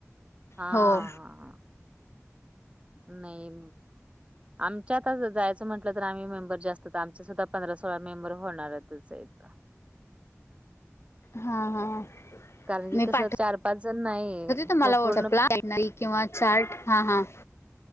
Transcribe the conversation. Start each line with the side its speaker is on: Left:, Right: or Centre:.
Right: हा
Left: हो
Right: हा. हा नाही आमच्या आता जायचं म्हटलं तर आम्ही मेंबर जास्तच आमच सुद्धा पंधरा सोळा मेंबर होणारच आहे आता.
Left: हा हा.
Right: कारण की
Left: मी
Right: कसं
Left: पाठवते
Right: चार पाच जण नाही
Left: तुम्हाला
Right: प
Left: व्हॉट्सअपला
Right: पूर्ण
Left: कॅटनरी किंवा चार्ट हां हां.